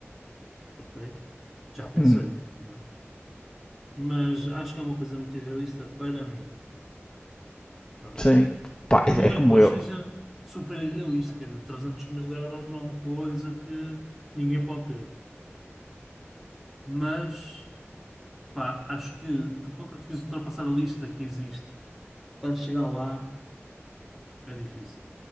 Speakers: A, in the centre; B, on the left.
A: Ok? Já pensei,
B: Hum,
A: não é? Mas acho que é uma coisa muito irrealista para mim. Pronto.
B: sim. Pá,
A: Não
B: é é como
A: é que hoje
B: eu.
A: seja super irrealista, quer dizer, 300 mil euros não é uma coisa que ninguém pode ter. Mas, pá, acho que tu para conseguires ultrapassar a lista que existe para chegar lá é difícil.